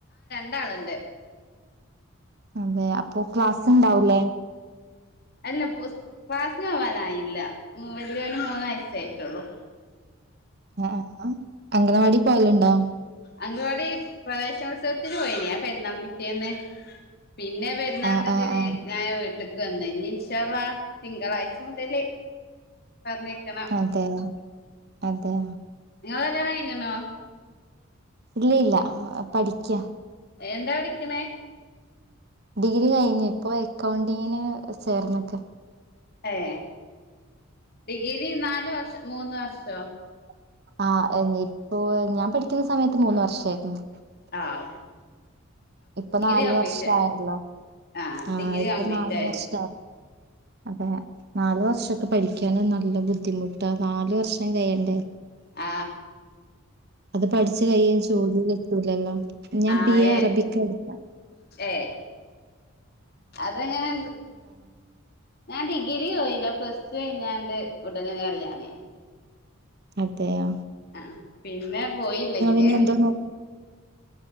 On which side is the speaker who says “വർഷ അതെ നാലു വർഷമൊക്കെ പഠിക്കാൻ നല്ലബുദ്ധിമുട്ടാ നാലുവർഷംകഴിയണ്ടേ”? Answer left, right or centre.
Right